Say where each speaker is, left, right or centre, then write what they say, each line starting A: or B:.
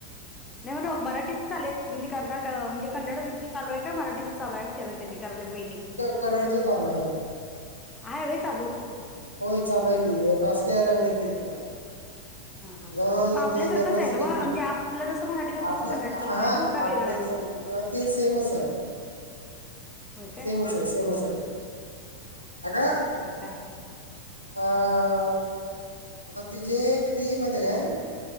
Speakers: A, on the left (about 15°); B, on the left (about 80°).
A: नाही म मराठीच आलेत म्हणजे कर्नाट म्हणजे कन्नड मध्ये चालू आहे काय मराठीच चालू आहेय विचाराल त्यांनी. करायल्यात वहिनी,
B: कलरच चालू आहे
A: हाय वय चालू.
B: होय चालू हाय की टास्क यायलागल्यात की तीला.
A: हां हां
B: <unintelligible>
A: मग आपल्यासारखंच
B: दररोज
A: आहे ना मग
B: दे,
A: म्हणजे आपलं जसं मराठीचं
B: आपलं
A: तसंच कन्नडचं पण
B: हा
A: आहे ना मग काय वेगळं
B: आपलं
A: आहे
B: कस अ ते सेमच हाय.
A: होय काय
B: सेमचय सेमचय, अगं.
A: पार
B: आ. आता तिझे किती म्हणते काय,